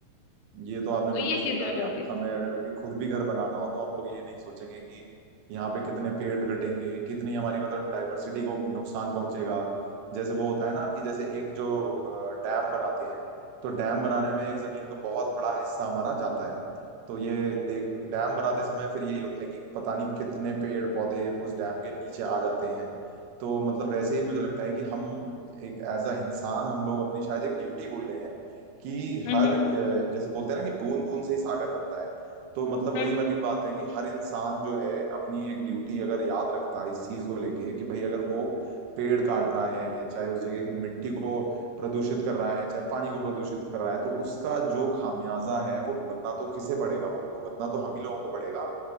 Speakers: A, on the right; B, on the left.
A: ये तो आपने
B: तो
A: बिल्कुल
B: ये
A: सही
B: चीजें
A: कहा
B: हो
A: कि
B: जाती
A: हम
B: है
A: हमें अगर अभी खुद भी घर बनाना हो तो हम लोग ये नहीं सोचेंगे कि यहाँ पे कितने पेड़ कटेंगे कितनी हमारी मतलब डाइवर्सिटी को नुकसान पहुंचेगा जैसे वो होता है ना कि जैसे एक जो अ, डैम बनाते हैं तो डैम बनाने में एक जमीन का बहुत बड़ा हिस्सा हमारा जाता है तो ये देख डैम बनाते समय फिर यही होता है कि पता नहीं कितने पेड़ पौधे उस डैम के नीचे आ जाते हैं तो मतलब वैसे ही मुझे लगता है कि हम एक एज अ इंसान हम लोग अपनी शायद एक ड्यूटी भूल गए हैं कि
B: हम्म
A: हर
B: हम्म
A: अ, जैसे बोलते हैं ना कि बूंद बूंद से ही सागर बनता है तो मतलब
B: हम्म,
A: वही वाली बात है कि हर इंसान जो है अपनी एक ड्यूटी अगर याद रखता है इस चीज को लेके कि भाई अगर वो पेड़ काट रहा है चाहे उस जगह की मिट्टी को प्रदूषित कर रहा है चाहे पानी को प्रदूषित कर रहा है तो उसका जो खामियाजा है वो भुगतना तो किसे पड़ेगा वो भुगतना तो हम ही लोगों को पड़ेगा